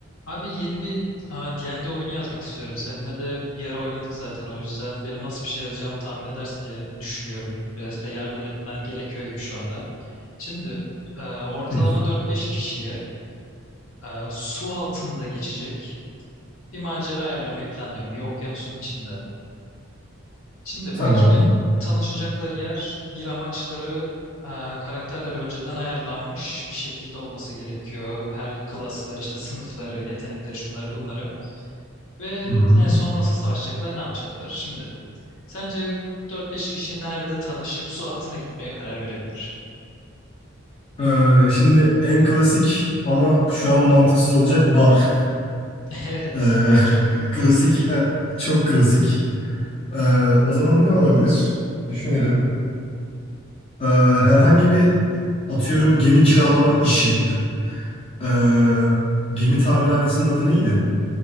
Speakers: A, on the left (about 70°); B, on the left (about 25°).
A: Abi yeni bir e, D&D oyunu yazmak istiyorum. Seninle de bir ara oynadık zaten. O yüzden benim nasıl bir şey yazacağımı tahmin edersin diye düşünüyorum. Birazcık da yardım etmen gerekiyor gibi şu anda. Şimdi e, ortalama
B: Hı,
A: dört beş kişiye e, su altında geçecek bir macera ayarlamayı planlıyorum. Bir okyanusun içinde. Şimdi
B: Tamam.
A: bu ekibin tanışacakları yer, bir amaçları, e, karakterler önceden ayarlanmış bir şekilde olması gerekiyor. Her klaslar işte sınıfları, yetenekleri, şunları bunları. Ve
B: Hı hı.
A: en son nasıl savaşacaklar, ne yapacaklar? Şimdi sence dört beş kişi nerede tanışıp su altına gitmeye karar verebilir?
B: Ee, şimdi en klasik ama şu an mantıksız olacak bar.
A: <laughs> Evet,
B: Ee,
A: bar çok
B: <laughs> klasik,
A: klasik.
B: he- çok klasik. Ee, o zaman ne olabilir? Düşünelim. Ee,
A: Hmm,
B: herhangi bir atıyorum gemi kiralama işi. Ee, gemi tamirhanesinin adı neydi?